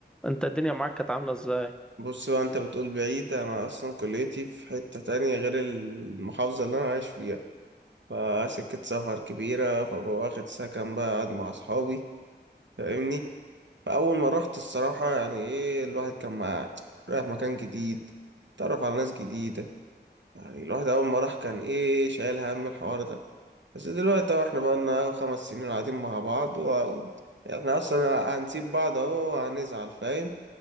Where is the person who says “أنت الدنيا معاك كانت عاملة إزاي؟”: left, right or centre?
Centre